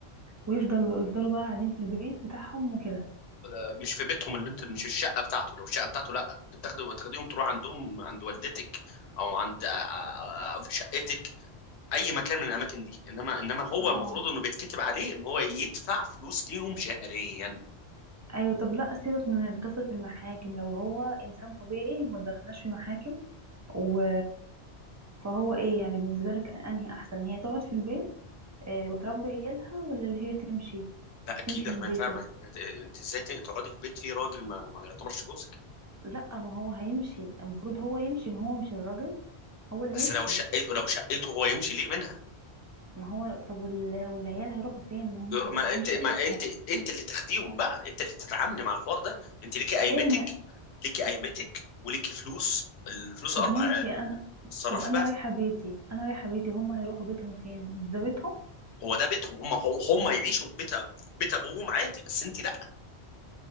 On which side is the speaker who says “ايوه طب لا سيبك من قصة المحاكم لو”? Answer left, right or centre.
Right